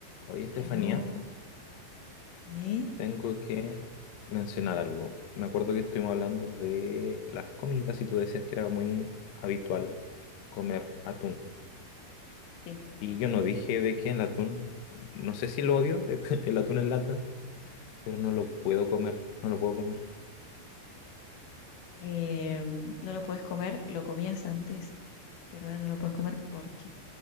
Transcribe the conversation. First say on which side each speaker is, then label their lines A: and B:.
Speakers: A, on the left; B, on the left.
A: Oye, Estefanía,
B: Aló, sí,
A: tengo que mencionar algo. Me acuerdo que estuvimos hablando de las comidas y tú decías que era muy habitual comer atún.
B: sí.
A: Y yo no dije de que el atún, no sé si lo odio, <laughs> el atún en lata, pero no lo puedo comer, no lo puedo comer.
B: Eh, no lo puedes comer, lo comías antes, pero ahora no lo puedes comer. ¿Por qué?